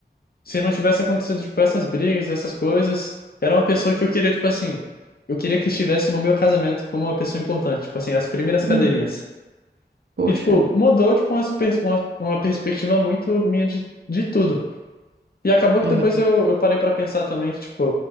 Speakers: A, on the left (about 55°); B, on the right (about 65°).
A: se não tivesse acontecido, tipo, essas brigas, essas coisas, era uma pessoa que eu queria, tipo assim, eu queria que estivesse no meu casamento como uma pessoa importante, tipo assim, as primeiras
B: Uhum.
A: cadeirinhas.
B: Poxa.
A: E, tipo, mudou, tipo, umas pers- uma, uma perspectiva muito minha de, de tudo. E acabou que
B: Aham.
A: depois eu, eu parei pra pensar também que, tipo,